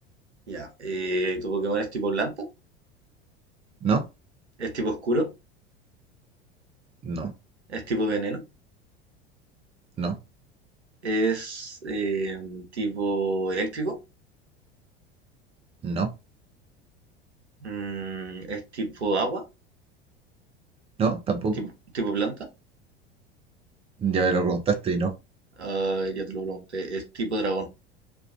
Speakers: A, on the right; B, on the right.
A: Ya. Eh, ¿tu Pokémon es tipo planta?
B: no,
A: ¿Es tipo oscuro?
B: no,
A: ¿Es tipo veneno?
B: no,
A: ¿Es eh, tipo eléctrico?
B: no,
A: Mm, ¿es tipo agua?
B: no, tampoco.
A: ¿Tipo, tipo planta?
B: Ya me lo preguntaste y no,
A: Ah, ya te lo pregunté. ¿Es tipo dragón?